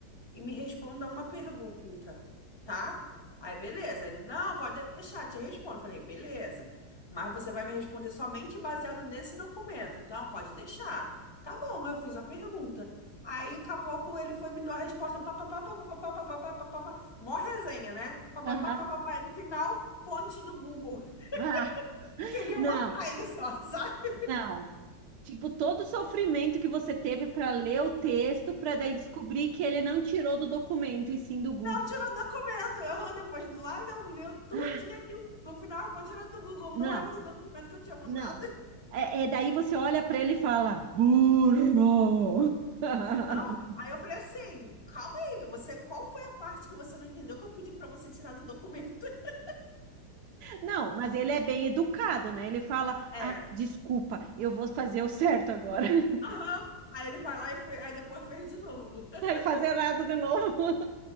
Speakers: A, on the left (about 25°); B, on the right (about 75°).
A: e me responda uma pergunta, tá? Aí, beleza. Ele, não, pode deixar, te respondo. Eu Falei, beleza. Mas você vai me responder somente baseado nesse documento. Então, pode deixar. Tá bom, mas eu fiz a pergunta. Aí, daqui a pouco, ele foi e me dar a resposta. Pá, pá, pá, pá, pá, pá, pá, pá, pá, pá, pá, pá. Mó resenha, né? Pá,
B: Aham.
A: pá, pá, pá, pá, pá. E No final, fonte do Google. <laughs>
B: Ah,
A: Queria
B: não,
A: matar ele só, sabe?
B: não. Tipo, todo o sofrimento que você teve para ler o texto, para daí descobrir que ele não tirou do documento e sim do Google.
A: Não, tirou o documento. Eu, depois, lá, leu, leu tudinho
B: Ah,
A: aquilo. No final, a fonte era do Google,
B: não,
A: não era do documento que eu tinha mandado.
B: não. É, é, daí você olha para ele e fala, burro! <laughs>
A: Não, aí eu falei assim, calma aí, você, qual foi a parte que você não entendeu que eu pedi pra você tirar do documento? <laughs>
B: Não, mas ele é bem educado, né? Ele fala,
A: É,
B: ah, desculpa, eu vou fazer o certo agora. <laughs>
A: aham. Aí ele vai lá e foi, aí depois fez de novo. <laughs>
B: Aí fazer errado de novo.